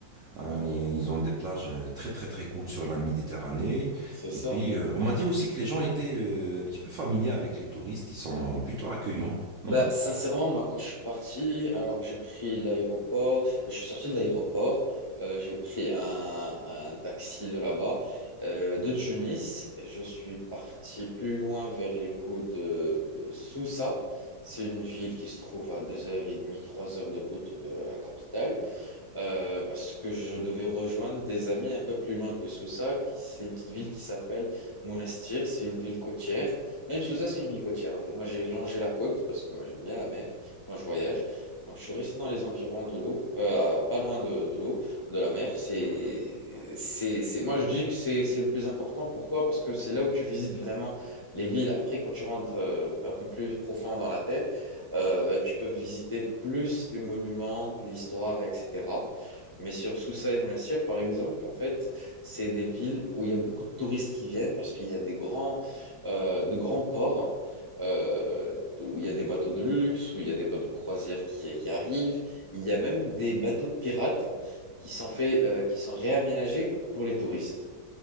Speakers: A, on the right (about 65°); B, on the left (about 25°).
A: hein,
B: ouais, ouais.
A: y- ils ont des plages euh, très, très, très cool sur la Méditerranée.
B: c'est
A: Et
B: ça.
A: puis, euh, on m'a dit aussi que les gens étaient euh, un petit peu familiers avec les touristes, ils sont plutôt accueillants, non?
B: Bah, sincèrement, moi, quand je suis parti, alors j'ai pris l'aéroport, je suis sorti de l'aéroport, euh, j'ai pris un, un taxi de là-bas, euh, de Tunis, et je suis parti plus loin vers les coups de euh, Sousa. C'est une ville qui se trouve à 2h30, 3 heures de route de la capitale euh, parce que je devais rejoindre des amis un peu plus loin que Sousa, qui c'est une petite ville qui s'appelle Monastir, c'est une ville côtière. Même Sousa, c'est une ville côtière en fait. Moi, j'ai longé la côte parce que moi, j'aime bien la mer quand je voyage. Donc, je suis resté dans les environs de l'eau, euh, pas loin de, de l'eau, de la mer. C'est, c'est, c'est, moi, je dis que c'est c'est le plus important. Pourquoi? Parce que c'est là où tu visites vraiment les villes. Après, quand tu rentres euh, un peu plus profond dans la terre, euh, ben, tu peux visiter plus les monuments, l'histoire, etc. Mais sur Sousa et Monastir, par exemple, en fait, c'est des villes où il y a beaucoup de touristes qui viennent parce qu'il y a des grands, euh, de grands ports euh, où il y a des bateaux de luxe, où il y a des bateaux de croisière qui, qui arrivent. Il y a même des bateaux de pirates qui sont faits, euh, qui sont réaménagés pour les touristes.